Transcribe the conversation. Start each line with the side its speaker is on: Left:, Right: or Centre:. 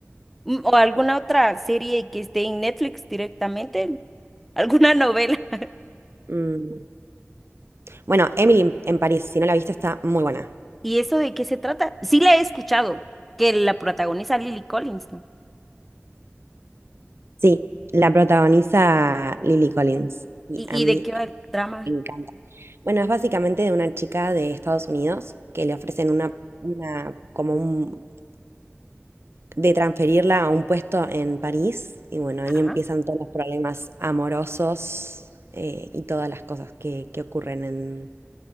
Centre: Mm, O alguna otra serie que esté en Netflix directamente, alguna novela. <laughs>
Right: Mm, Bueno, Emily en en París, si no la viste, está muy buena.
Centre: ¿Y eso de qué se trata? Sí la he escuchado, que la protagoniza Lily Collins, ¿no?
Right: Sí, la protagoniza Lily Collins y
Centre: ¿Y,
Right: a mí
Centre: y de qué va el trama?
Right: me encanta. Bueno, es básicamente de una chica de Estados Unidos que le ofrecen una, una como un, de transferirla a un puesto en París y bueno, ahí
Centre: Ajá.
Right: empiezan todos los problemas amorosos eh, y todas las cosas que, que ocurren en,